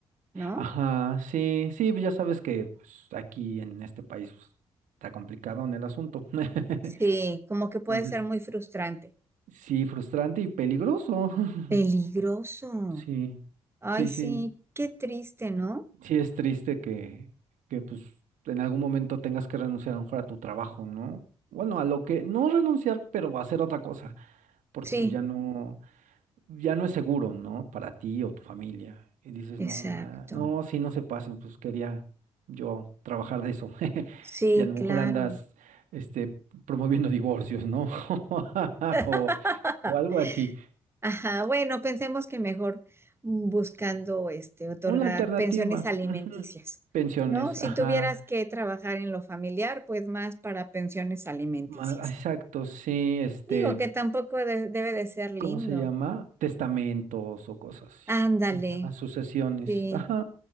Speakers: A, on the right; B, on the right.
A: ¿no?
B: Ajá, sí, sí, ya sabes que pues, aquí en este país pues, está complicado en el asunto. <laughs>
A: Sí, como que puede
B: Entonces,
A: ser muy frustrante.
B: sí, frustrante y peligroso. <laughs>
A: Peligroso.
B: Sí,
A: Ay,
B: sí, sí.
A: sí, qué triste, ¿no?
B: Sí es triste que, que pues en algún momento tengas que renunciar a lo mejor a tu trabajo, ¿no? Bueno, a lo que no renunciar, pero hacer otra cosa, porque
A: Sí,
B: pues ya no, ya no es seguro, ¿no? Para ti o tu familia. Y dices,
A: exacto.
B: no, ma, no, sí, no se pasen, pues quería yo trabajar de eso. <laughs>
A: Sí,
B: Y a lo
A: claro.
B: mejor andas, este, promoviendo divorcios, ¿no? <laughs>
A: <laughs>
B: O, o algo así.
A: Ajá, bueno, pensemos que mejor buscando este otorgar
B: Una alternativa.
A: pensiones alimenticias,
B: ujú. Pensiones,
A: ¿no? Si
B: ajá.
A: tuvieras que trabajar en lo familiar, pues más para pensiones alimenticias.
B: Ma- Exacto, sí, este.
A: Digo que tampoco de- debe de ser lindo.
B: ¿cómo se llama? Testamentos o cosas así.
A: Ándale,
B: Ajá, sucesiones.
A: sí.
B: Ajá,